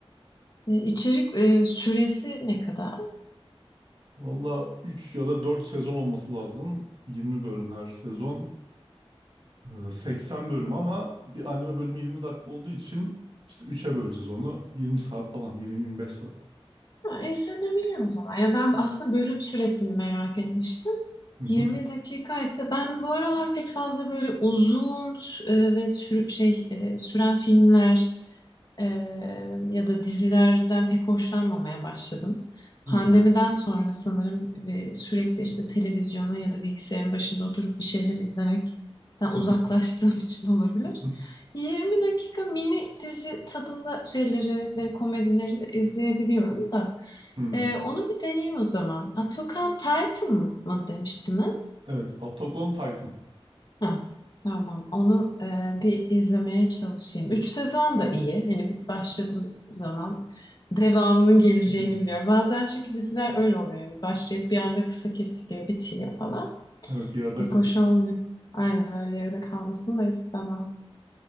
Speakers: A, on the left; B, on the right.
A: E, içerik e, süresi ne kadar?
B: Valla 3 ya da 4 sezon olması lazım. 20 bölüm her sezon. Ee, 80 bölüm ama bir anime bölümü 20 dakika olduğu için işte üç'e böleceğiz onu. 20 saat falan. yirmi yirmi beş saat.
A: Ha, izlenebilir o zaman. Ya ben aslında bölüm süresini merak etmiştim.
B: Hı hı.
A: 20 dakika ise ben bu aralar pek fazla böyle uzun e, ve sürü- şey e, süren filmler Eee, ya da dizilerden pek hoşlanmamaya başladım. Pandemiden
B: Hı hı.
A: sonra sanırım e, sürekli işte televizyonun ya da bilgisayarın başında oturup bir şeyler izlemekten uzaklaştığım
B: hı
A: <laughs> için olabilir.
B: hı,
A: 20 dakika mini dizi tadında şeyleri ve komedileri izleyebiliyorum da.
B: hı.
A: E, onu bir deneyeyim o zaman. Attack on Titan mı demiştiniz?
B: Evet. Attack on Titan.
A: Ha, tamam. Onu e, bir izlemeye çalışayım. Üç sezon da iyi. Hani bir başladığım zaman devamının geleceğini
B: Hı hı.
A: biliyorum. Bazen çünkü diziler öyle oluyor. Hani başlayıp bir anda kısa kesiliyor, bitiyor falan.
B: Evet yarıda
A: Pek
B: kalıyor.
A: hoş olmuyor. Aynen öyle yarıda kalmasını da istemem.